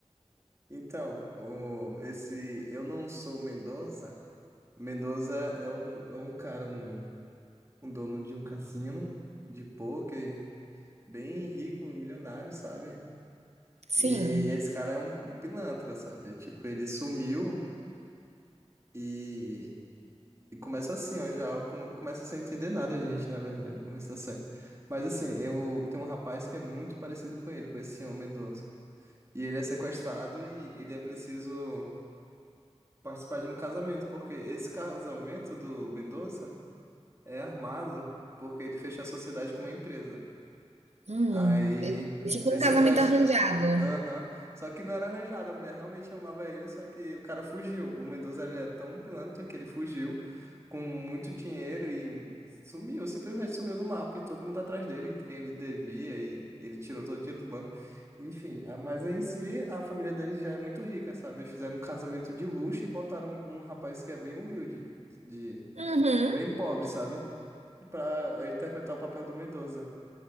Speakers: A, on the right (about 25°); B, on the right (about 80°).
A: então, o- esse Eu Não Sou o Mendoza. Mendoza é um, é um cara, um, um dono de um cassino de pôquer, bem rico, milionário, sabe?
B: Sim.
A: E esse cara é um, um pilantra, sabe? Tipo, ele sumiu. E E começa assim, ó, já com- começa sem entender nada a gente, na verdade, no começo da série. Mas assim, eu tem um rapaz que é muito parecido com ele, com esse senhor Mendoza. E ele é sequestrado e ele é preciso participar de um casamento, porque esse casamento do Mendoza é armado, porque ele fechou a sociedade com uma empresa.
B: Hum.
A: Aí
B: É é tipo
A: ele
B: um
A: sequestra
B: casamento arranjado.
A: Aham. Só que não era arranjado, a mulher realmente amava ele, só que o cara fugiu. O Mendoza ele é tão pilantra que ele fugiu com muito dinheiro e sumiu, simplesmente sumiu do mapa e todo mundo atrás dele, quem ele devia, e ele tirou todo o dinheiro do banco. Enfim, a- mas em si a família dele já é muito rica, sabe? Eles fizeram um casamento de luxo e botaram um, um rapaz que é bem humilde, de
B: Uhum.
A: bem pobre, sabe? Pra interpretar o papel do Mendoza.